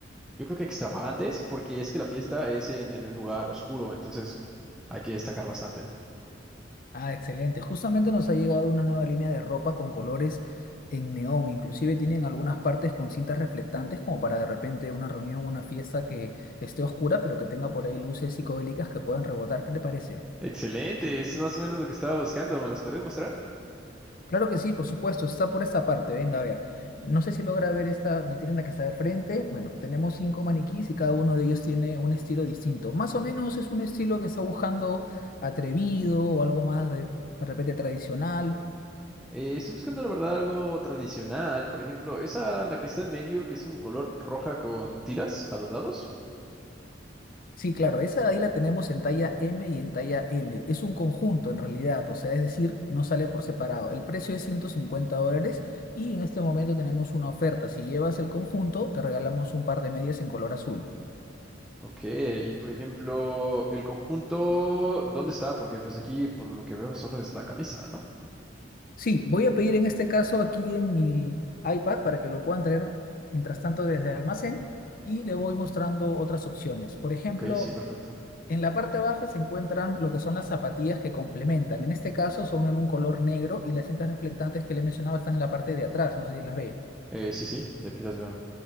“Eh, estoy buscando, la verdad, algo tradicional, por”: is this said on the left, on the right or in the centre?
Centre